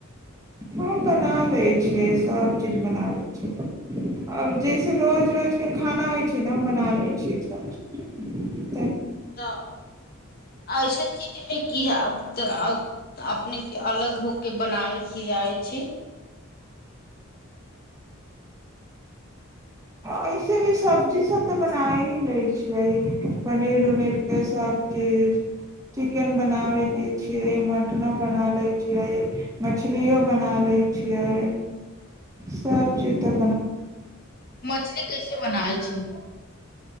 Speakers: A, on the right; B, on the left.
A: हम बना लै छियै सब चीज बना लै छियै आओर जइसे रोज रोज के खाना होइ छै ने हम बना लै छियै सभ चीज
B: तऽ ऐसे चीज की तब अपने के अलग होके बनायके आइ छी
A: ऐसे भी सब्जी सब तऽ बना ही लै छियै पनीर उनीर के सबचीज चिकेन बनावे ले छियै मटनो बना ले छियै मछलियो बना ले छियै सब चीज त
B: मछली कैसे बनावय छै